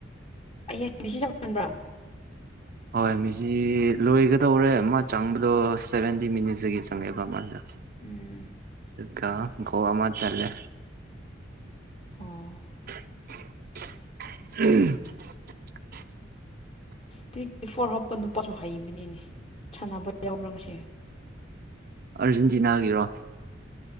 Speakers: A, on the left; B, on the right.
A: ꯍꯡ ꯃꯤꯁꯤ ꯆꯥꯎ ꯈꯟꯕ꯭ꯔꯥ
B: ꯍꯣꯏ ꯃꯤꯁꯤ ꯂꯣꯏꯒꯗꯧꯔꯦ ꯃꯥ ꯆꯪꯕꯗꯣ ꯁꯚꯦꯟꯇꯤ ꯃꯤꯅꯤꯠꯁꯇꯒꯤ ꯆꯪꯉꯦꯕ ꯃꯥꯁꯨ
A: ꯎꯝ
B: ꯀ ꯣꯋꯥ ꯃ ꯆꯂ
A: ꯑꯣ
B: ꯎ
A: ꯇ꯭ꯋꯦꯟꯇꯤ ꯐꯣꯔ ꯍꯥꯞꯄ ꯅꯨꯄꯥꯁꯨ ꯍꯩꯕꯅꯤꯅꯦ ꯁꯥꯟꯅꯕ ꯌꯥꯎꯕ꯭ꯔꯥ ꯉꯁꯦ
B: ꯑꯥꯔꯖꯦꯟꯇꯤꯅꯥꯒꯤꯔꯣ